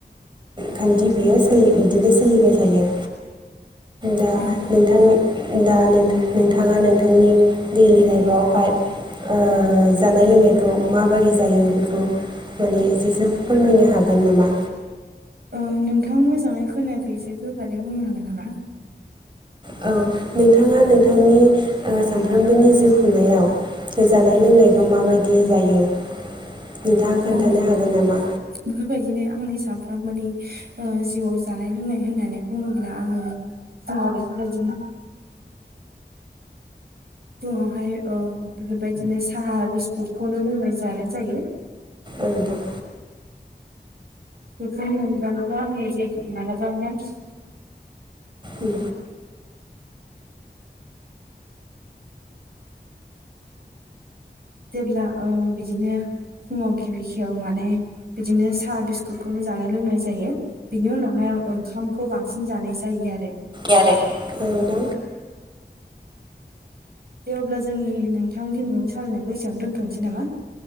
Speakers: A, on the right; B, on the right.
A: खान्थि बियो सोलि बिदिनो सोलिबाय थायो। दा
B: औ
A: नोंथां दा नोंथा नोंथाङा नोंथांनि दैलि लाइफआवहाय ओ जानाय लोंनायखौ माबोरै जायो बेखौ माने एसेसो फोरमायनो हागोन नामा?
B: ओ नोंथां मोजाङै खोनायाखै एसे गोबारै बुंनो हागोन नामा?
A: औ नोंथाङा नोंथांनि ओ सानफ्रोमबोनि जिउ खुंनायाव जानाय लों नायखौ माबायदि जायो? नोंथाङा खोन्थानो
B: अ
A: हागोन नामा
B: बेफोरबायदिनो आंनि साम थारमानि ओ जिउआव जानाय लोंनाय होननानै बुङोब्ला आङो जा बेफोरबायदि फुङावहाय ओ बेफोरबायदिनो साहा बिस्कुटखौनो लोंनाय जानाय जायो।
A: औ नोंथां।
B: बेखायनो अनजालुआ आंनि जे <unintelligible>
A: उम।
B: जेब्ला ओ बिदिनो फुङाव गिबि खियाव माने बिदिनो साहा बिस्कुटखौनो जानाय लोंनाय जायो। बिनि उनावहाय आं ओंखामखौ बांसिन जानाय जायो आरो।
A: ओमफाय आरो
B: दे अब्ला जोंनि नोंथां दि न'नि सावरायनायखौ एसेयावनो दोन्थ'नोसै नामा?